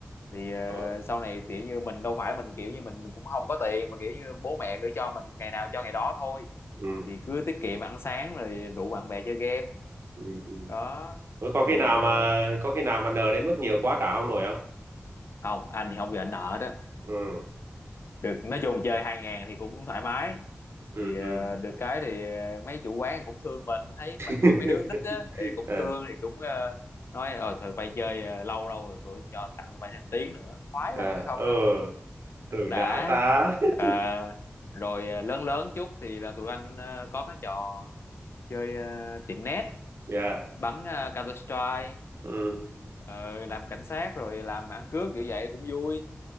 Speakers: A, on the left; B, on the right.
A: thì ờ,
B: ờ,
A: sau này kiểu như mình đâu phải mình kiểu như mình cũng không có tiền mà kiểu như bố mẹ gửi cho mình ngày nào cho ngày đó thôi
B: ừ,
A: thì cứ tiết kiệm ăn sáng rồi rủ bạn bè chơi game
B: ừ, ừ.
A: đó
B: Ủa, có khi
A: thì
B: nào
A: ờ,
B: mà có khi nào mà nờ đến mức nhiều quá trả không nổi không
A: không anh thì không bị ảnh nợ đó
B: ừ
A: được nói chung chơi hai ngàn thì cũng thoải mái
B: ừ
A: thì
B: ừ
A: ờ, được cái thì ờ, mấy chủ quán cũng thương mình thấy mình
B: <laughs>
A: giống như mấy đứa con nít á thì cũng
B: à,
A: thương thì cũng ờ, nói ờ tụi bay chơi ờ, lâu lâu rồi tụi cho tặng tụi bay thêm tiếng nữa khoái
B: à,
A: lắm chứ phải không
B: ừ
A: đâu
B: đừng
A: đã
B: đã ta <laughs>
A: Ờ, rồi ờ, lớn lớn chút thì là tụi anh ờ, có cái trò chơi ờ, tiệm net
B: yeah
A: bắn ờ, Counter Strike
B: ừ
A: ờ, làm cảnh sát rồi làm ăn cướp kiểu vậy cũng vui